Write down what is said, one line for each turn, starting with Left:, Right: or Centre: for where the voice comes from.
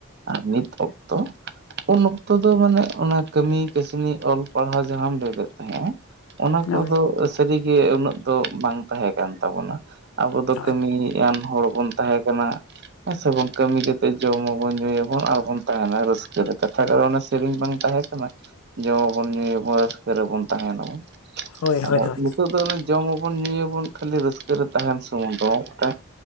Right: ᱟᱨ ᱱᱤᱛ ᱚᱠᱛᱚ ᱩᱱ ᱚᱠᱛᱚ ᱫᱚ ᱢᱟᱱᱮ ᱚᱱᱟ ᱠᱟᱹᱢᱤ ᱠᱟᱹᱥᱱᱤ ᱚᱞ ᱯᱟᱲᱦᱟᱣ ᱡᱟᱦᱟᱸᱢ ᱞᱟᱹᱭ ᱞᱮᱫ ᱛᱟᱦᱮᱸᱜ-ᱟ ᱚᱱᱟ
Left: ᱦᱳᱭ
Right: ᱠᱚᱫᱚ ᱥᱟᱹᱨᱤᱜᱮ ᱩᱱᱟᱹᱜ ᱫᱚ ᱵᱟᱝ ᱛᱟᱦᱮᱸ ᱠᱟᱱ ᱛᱟᱵᱚᱱᱟ ᱟᱵᱚ ᱫᱚ
Left: ᱦᱳᱭ
Right: ᱠᱟᱹᱢᱤᱭᱤᱡ ᱟᱱ ᱦᱚᱲ ᱵᱚᱱ ᱛᱟᱦᱮᱸ ᱠᱟᱱᱟ᱾ ᱦᱮᱸ ᱥᱮ ᱵᱟᱝ ᱠᱟᱹᱢᱤ ᱠᱟᱛᱮᱜ ᱡᱚᱢᱟᱵᱚᱱ ᱧᱩᱭᱟᱵᱚᱱ ᱟᱨᱵᱚᱱ ᱛᱟᱦᱮᱱᱟ ᱨᱟᱹᱥᱠᱟᱹ ᱨᱮ ᱠᱟᱛᱷᱟ ᱠᱟᱱᱟ ᱥᱮ ᱥᱮᱨᱮᱧ ᱵᱟᱝ ᱛᱟᱦᱮᱸ ᱠᱟᱱᱟ ᱡᱚᱢ ᱢᱟᱵᱚᱱ ᱧᱩᱭᱟ ᱵᱚᱱ ᱨᱟᱹᱥᱠᱟᱹ ᱨᱮᱵᱚᱱ ᱛᱟᱦᱮᱱᱟᱵᱚᱱ
Left: ᱦᱳᱭ
Right: ᱟᱫᱚ
Left: ᱦᱳᱭ ᱦᱳᱭ
Right: ᱱᱤᱛᱚᱜ ᱫᱚ ᱚᱱᱮ ᱡᱚᱢ ᱟᱵᱚᱱ ᱧᱩᱭᱟᱵᱚᱱ ᱠᱷᱟᱹᱞᱤ ᱨᱟᱹᱥᱠᱟᱹ ᱨᱮ ᱛᱟᱦᱮᱱ ᱥᱩᱢᱩᱝ ᱫᱚ ᱢᱤᱫᱴᱟᱝ